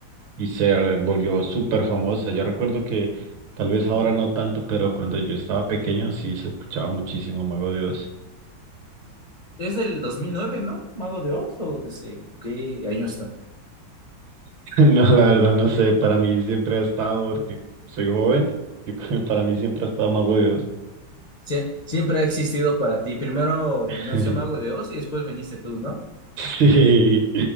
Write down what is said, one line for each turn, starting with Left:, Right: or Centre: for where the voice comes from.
Right: y se volvió súper famosa. Yo recuerdo que tal vez ahora no tanto, pero cuando yo estaba pequeño sí se escuchaba muchísimo Mago Dios.
Left: Es del dos mil nueve ¿no? Mago de Oz, ¿o desde qué año está?
Right: <laughs> No, la verdad no sé, para mí siempre ha estado, porque soy joven, yo creo que para mí siempre ha estado Mago Dios.
Left: Sie- siempre ha existido para ti. Primero
Right: <laughs>
Left: nació Mago de Oz y después viniste tú, ¿no?
Right: Sí.